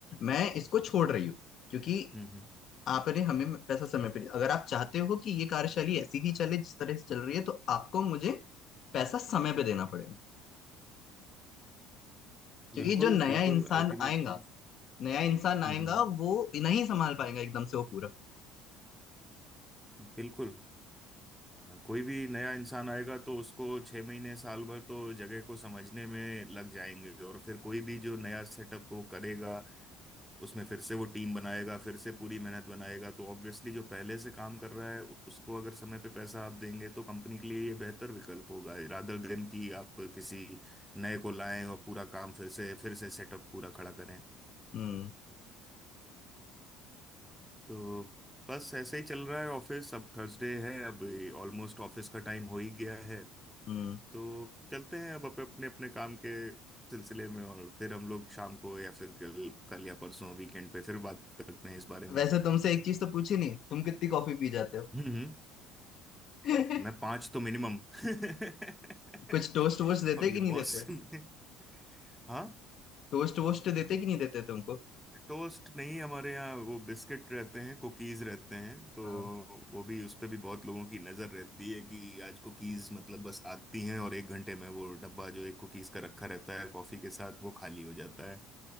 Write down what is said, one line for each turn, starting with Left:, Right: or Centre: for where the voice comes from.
Left: मैं इसको छोड़ रही हूँ क्योंकि
Centre: हम्म, हम्म।
Left: आपने हमें पैसा समय
Centre: ओ,
Left: पे दिया अगर आप चाहते हो कि ये कार्यशैली ऐसी ही चले जिस तरह से चल रही है तो आपको मुझे पैसा समय पे देना पड़ेगा क्योंकि
Centre: बिल्कुल
Left: जो नया
Centre: बिल्कुल
Left: इंसान
Centre: अल्टीमेटली
Left: आएगा नया इंसान आएगा
Centre: हम्म हम्म
Left: वो नहीं संभाल पाएगा एकदम से वो पूरा
Centre: बिल्कुल हाँ, कोई भी नया इंसान आएगा तो उसको छह महीने साल भर तो जगह को समझने में लग जाएंगे और फिर कोई भी जो नया सेटअप को करेगा उसमें फिर से वो टीम बनाएगा फिर से पूरी मेहनत बनाएगा तो ऑब्वियसली जो पहले से काम कर रहा है उसको अगर समय पे पैसा आप देंगे तो कंपनी के लिए ये बेहतर विकल्प होगा रादर देन कि आप किसी नए को लाएं और पूरा काम फिर से फिर से सेटअप पूरा खड़ा करें
Left: हम्म
Centre: तो बस ऐसे ही चल रहा है ऑफिस अब थर्सडे है अब ऑलमोस्ट ऑफिस का टाइम हो ही गया है
Left: हम्म
Centre: तो चलते हैं अब अप- अपने अपने काम के सिलसिले में और फिर हम लोग शाम को या फिर कल कल या परसों वीकेंड पे फिर बात करते हैं इस बारे
Left: वैसे
Centre: में
Left: तुमसे एक चीज तो पूछी नहीं तुम कितनी कॉफी पी जाते हो
Centre: हम्म हम्म,
Left: <laughs>
Centre: मैं पांच तो मिनिमम <laughs>
Left: कुछ टोस्ट वोस्ट देते
Centre: और
Left: कि
Centre: ये
Left: नहीं
Centre: बॉस
Left: देते
Centre: में हाँ
Left: टोस्ट वोस्ट देते कि नहीं देते तुमको
Centre: टोस्ट नहीं हमारे यहाँ वो बिस्किट रहते हैं कुकीज रहते हैं तो
Left: हाँ।
Centre: वो भी उस पे भी बहुत लोगों की नजर रहती है कि आज कुकीज मतलब बस आती हैं और एक घंटे में वो डब्बा जो एक कुकीज का रखा रहता है कॉफी के साथ वो खाली हो जाता है